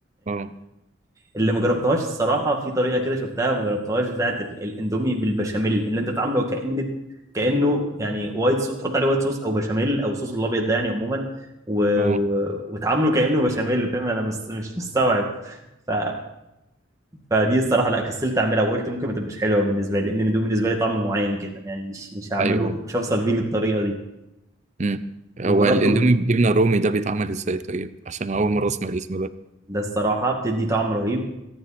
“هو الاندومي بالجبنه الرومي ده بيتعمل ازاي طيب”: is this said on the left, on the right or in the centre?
Right